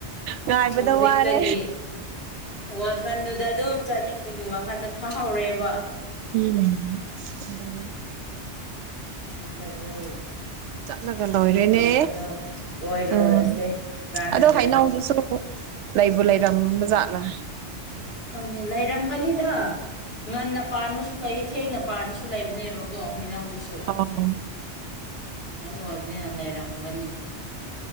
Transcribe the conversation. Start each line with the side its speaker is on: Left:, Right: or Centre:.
Right: ꯉꯥꯏꯕꯗ
Left: ꯍꯧꯖꯤꯛꯇꯒꯤ
Right: ꯋꯥꯔꯦ
Left: ꯋꯥꯈꯟꯗꯨꯗ ꯑꯗꯨꯝ ꯆꯠꯅꯤꯡꯕꯒꯤ ꯋꯥꯈꯟꯗ ꯐꯥꯎꯔꯦꯕ
Right: <unintelligible>
Left: ꯈꯪꯗꯔꯦ
Right: ꯆꯠꯂꯒ ꯂꯣꯏꯔꯦꯅꯦ
Left: ꯅꯣꯡ ꯐꯥꯗꯣꯛ ꯀꯣꯏꯔꯨꯔꯁꯦ
Right: ꯎꯝ
Left: ꯀꯥꯟꯅꯗ꯭ꯔꯦ
Right: ꯑꯗꯣ ꯍꯩꯅꯧꯗꯨꯁꯨ ꯂꯩꯕꯨ ꯂꯩꯔꯝꯕꯖꯥꯠꯂꯥ
Left: ꯍꯪꯉꯦ ꯂꯩꯔꯝꯒꯅꯤꯗ ꯉꯟꯅ ꯄꯥꯟꯕꯁꯨ ꯨ ꯂꯩꯌꯦ ꯊꯦꯡꯅ ꯄꯥꯟꯕꯁꯨ ꯂꯩꯕꯅꯦꯕꯀꯣ ꯍꯩꯅꯧꯗꯨꯁꯨ
Right: <unintelligible>
Left: ꯑꯗꯨ ꯑꯣꯏꯕꯅꯤꯅ ꯂꯩꯔꯝꯒꯅꯤ